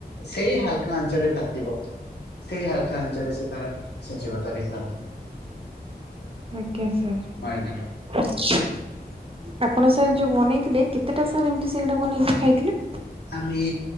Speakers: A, on the left; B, on the right.
A: ସେଇ ହାଲକା ଆଞ୍ଚରେ ତାତିିବ। ସେଇ ହାଲକା ଆଞ୍ଚରେ ସେ ତାର ସିଝିବ ତା ଭିତର।
B: ଆଜ୍ଞା ସାର୍
A: ମଇଦାଟା
B: ଆପଣ ସାର୍ ଯୋଉ ମନି କେତେଟା ସାର୍ ଏମତି ସିଙ୍ଗା ବନେଇକି ଖାଇଥିଲେ?
A: ଆମେ